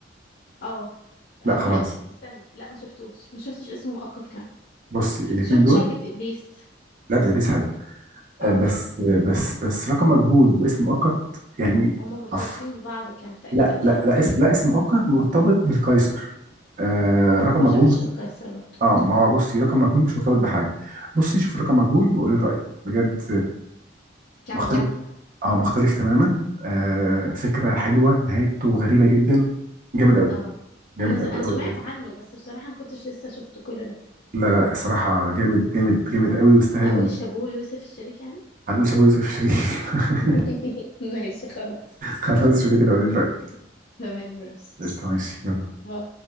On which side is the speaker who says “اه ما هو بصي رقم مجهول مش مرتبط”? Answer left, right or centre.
Right